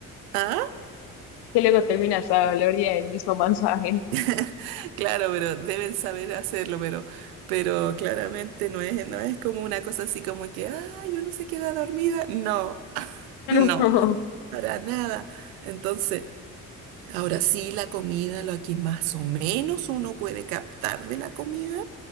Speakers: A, on the right (about 75°); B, on the left (about 65°).
A: ¿Ah?
B: que luego terminas a gloria el mismo mensaje.
A: <laughs> Claro, pero deben saber hacerlo, pero, pero claramente no es, no es como una cosa así como que, ah, yo no se queda dormida. No, <laughs>
B: <laughs>
A: no, para nada. Entonces, ahora sí, la comida, lo que más o menos uno puede captar de la comida.